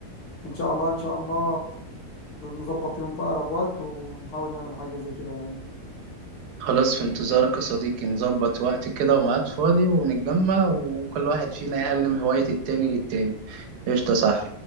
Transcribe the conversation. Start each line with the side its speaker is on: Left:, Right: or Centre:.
Left: ان شاء الله ان شاء الله نظبط يوم في اقرب وقت ونحاول نعمل حاجه زي كده يعني
Right: خلاص في انتظارك يا صديقي نظبط وقت كده وميعاد فاضي ونتجمع وكل واحد فينا يعلم هواية التاني للتاني قشطة صح